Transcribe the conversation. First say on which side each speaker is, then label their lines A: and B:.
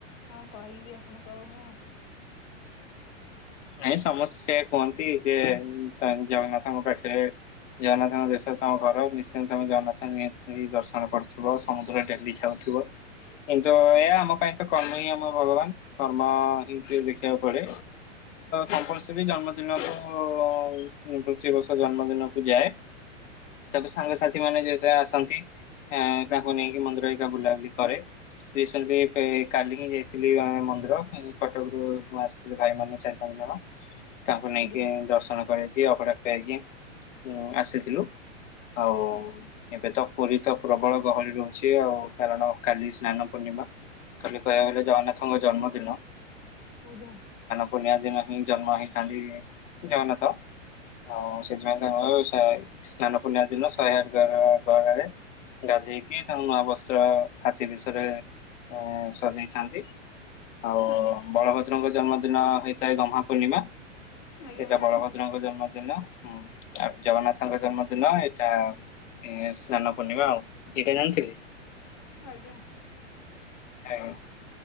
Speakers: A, on the left; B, on the left.
A: କଣ କହିବି ଆପଣଙ୍କୁ ଆଉ ମୁଁ।
B: ନାଇଁ ସମସ୍ତେ ସେଆ କୁହନ୍ତି ଯେ ଜଗନ୍ନାଥଙ୍କ ପାଠରେ ଜଗନ୍ନାଥଙ୍କ ଦେଶ ତମ ଘର ନିଶ୍ଚୟନ୍ତ ତମେ ଜଗନ୍ନାଥ ଦର୍ଶନ କରୁଥିବ ସମୁଦ୍ର ଡେଲି ଯାଉଥ ଥିବ କିନ୍ତୁ ଏହାୟ ଆମ ପାଇଁ ତ କର୍ମ ହିଁ ଆମ ଭଗବାନ କର୍ମ ହ ଦେଖ। ଦେଖିବା କୁଆଡେ କମ୍ପାସରୀ ଜନ୍ମଦିନକୁ ପୃଥି ବର୍ଷ ଜନ୍ମଦିନ। ହଁ ମୁଁ ଯାଏ।
A: ହ।
B: ତାପରେ ସାଙ୍ଗସାଥି ମାନେ ଯେତେବେଳେ ଆସନ୍ତି ତାକୁ ନେଇକି ମନ୍ଦିର ହେକା ବୁଲାବୁଲି କରେ। ରିସେଣ୍ଟଲି କାଲି ହିଁ ଯାଇଥିଲି ମନ୍ଦିର କଟକରୁୁ ମୁଁ ଆସିଥିଲି ଭାଇ ମାନ ଚାରି ପାଞ୍ଚ ଜଣ ତାଙ୍କୁ ନେଇକି
A: ଆଜ୍ଞା
B: ଦର୍ଶନ କରକି ଅଗଡ଼ା। ଏବେକି ଆସିଥିଲୁ ଆଉ
A: ଆଚ୍ଛା
B: ଏବେ ତ ପୁରୀ ତ ପ୍ରବଳ ଗହଳି ରହୁଛି ଆଉ କାରଣ କାଲି ସ୍ନାନ ପୂର୍ଣ୍ଣିମା। କାଲି କହିବାକୁ ଗଲେ ଜଗନ୍ନାଥଙ୍କ ଜନ୍ମଦିନ।
A: ଆଜ୍ଞ।
B: ପୁନିଆ ଦିନ ହିଁ ଜନ୍ମ ହେଇଥାନ୍ତି ଜଗନ୍ନାଥ। ଆଉ ସେଥିପାଇଁ ତାଙ୍କର ସା -ସ୍ନାନ ପୁର୍ଣିମା ଦିନ ଶହେ ଆଠ ଗରେ ଗାଧେଇ କିି ତାଙ୍କୁ ନୂଆ ବସ୍ତ୍ର ହାତୀ ବେସରେ ଆ ସଜେଇଥାନ୍ତି ଆଉ
A: ଆଜ୍ଞା
B: ଭଦ୍ରଙ୍କ ଜନ୍ମଦିନ ହେଇଥାଏ ଗହ୍ମା ପୂର୍ଣ୍ଣିମା
A: ଆଜ୍ଞା
B: ସେଇଟା
A: ଜାଣିଛି
B: ବଳଭଦ୍ରଙ୍କ ଜନ୍ମଦିନ। ହୁଁ ଆଉ ଜଗନ୍ନାଥଙ୍କ ଜନ୍ମଦିନ ଏଇଟା। ଏ ସ୍ନାନ ପୂର୍ଣ୍ଣିମା ଆଉ ଏଇଟା ଜାଣିଥିଲି?
A: ଆଜ୍ଞା।
B: <unintelligible>